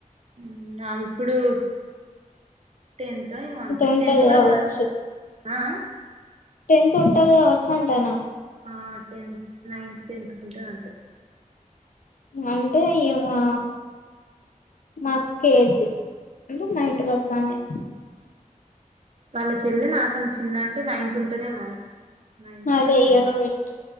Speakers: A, on the right; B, on the left.
A: ఉ ఆమె ఇప్పుడు టెన్తో ఏమో అంతే
B: ఉంటది
A: టెన్త్ కూడా
B: కావచ్చు
A: కాదు ఆ ఆ
B: టెన్త్ ఉంటది కావచ్చు అంటన్నా
A: ఆ టెన్త్ నైన్త్ టెన్త్ కుంటది అంతే
B: అంటే ఇమ్మా మా అక్క ఏజ్ అంటే మా ఇంటి పక్కనే
A: వాళ్ళ చెల్లె నాకన్న చిన్న అంటే నైన్త్ ఉంటదేమో. నైన్త్
B: అదే
A: టెన్త్
B: ఇగ నువ్ ఎంట